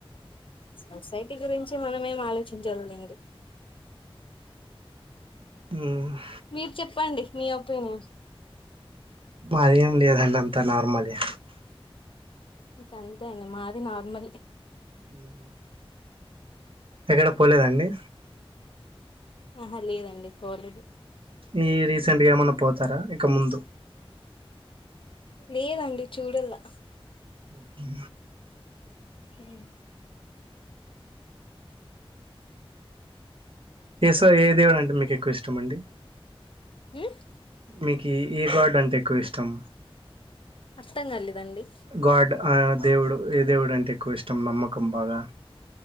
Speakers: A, on the left; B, on the right.
A: సొసైటీ గురించి మనమేం ఆలోచించాలెండి
B: ఉమ్
A: మీరు చెప్పండి మీ ఒపీనియన్
B: మాదేం లేదండి అంతా నార్మలే
A: ఇంక అంతే అండి మాది నార్మలే
B: మ్ ఎక్కడకీ పోలేదాండి
A: ఆహా లేదండి పోలేదు
B: ఈ రీసెంట్గా ఏమన్నా పోతారా ఇక ముందు
A: లేదండీ చూడల్లా
B: ఉహూ
A: ఉమ్
B: ఏ స ఏ దేవుడు అంటే మీకు ఎక్కువ ఇష్టం అండి
A: హూ
B: మీకి ఏ గాడ్ అంటే ఎక్కువ ఇష్టం?
A: అర్థం కాలేదండి
B: గాడ్ ఆ దేవుడు ఏ దేవుడు అంటే ఎక్కువ ఇష్టం నమ్మకం బాగా